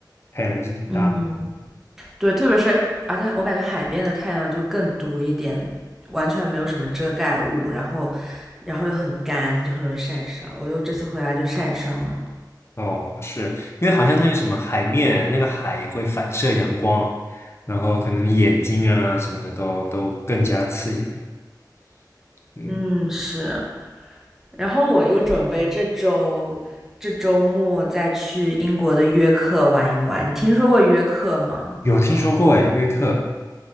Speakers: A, on the left (about 35°); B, in the centre.
A: 太阳还是挺大的
B: 嗯对，特别是而且我感觉海边的太阳就更毒一点，完全没有什么遮盖物，然后然后又很干，就很容易晒伤。我就这次回来就晒伤了。
A: 哦，是因为好像那个什么海面，那个海会反射阳光，然后可能眼睛啊什么的都都更加刺眼了。嗯，
B: 嗯，是。然后我又准备这周这周末再去英国的约克玩一玩。你听说过约克吗？
A: 有听说过哎，约克，